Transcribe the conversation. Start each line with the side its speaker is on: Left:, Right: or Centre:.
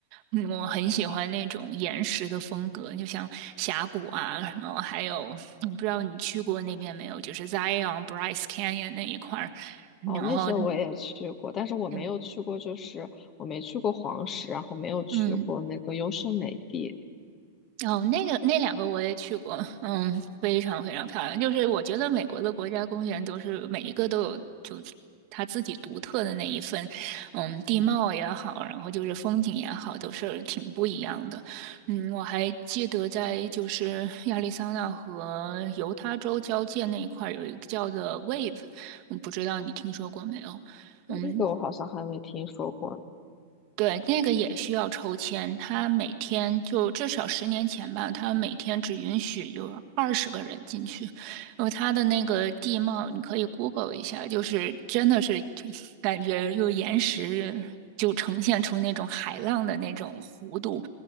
Right: 嗯我很喜欢那种岩石的风格，就像峡谷啊，然后还有我不知道你去过那边没有，就是 Zion Bryce Canyon 那一块儿，然后
Left: 哦，那些我也去过，但是我没有去过，
Right: 嗯。
Left: 就是我没去过黄石，然后没有去过那个优胜美地，
Right: 嗯哦，那个那两个我也去过，嗯，非常非常漂亮。就是我觉得美国的国家公园都是每一个都有，就是它自己独特的那一份，嗯，地貌也好，然后就是风景也好，都是挺不一样的。嗯，我还记得在就是亚利桑那和犹他州交界那一块儿有一个叫做 Wave，我不知道你听说过没有？嗯，
Left: 那个我好像还没听说过呢
Right: 对，那个也需要抽签，他每天就至少十年前吧，他每天只允许有二十个人进去。然后他的那个地貌，你可以 Google 一下，就是真的是就感觉就岩石就呈现出那种海浪的那种弧度，